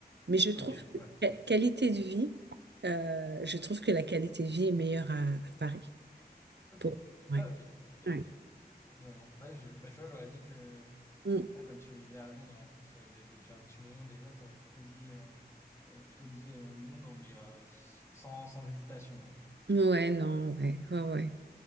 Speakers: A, on the right (about 85°); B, on the left (about 15°).
A: Mais je trouve
B: ok,
A: que
B: Ouais.
A: la qualité de vie, euh, je trouve que la qualité de vie est meilleure à à Paris.
B: ok,
A: Pour... Ouais.
B: ah ok, ok, ok.
A: Ouais.
B: Étonnant. Ouais, je- bah, tu vois, j'aurais dit que,
A: Mm.
B: ouais, comme tu vivais à Londres, en plus, euh, de- depuis un petit moment déjà, t'aurais plutôt dit, euh, t'aurais plutôt dit euh, Londres, mais euh, s- sans, sans hésitation, quoi.
A: Ouais, non, ouais, ouais, ouais.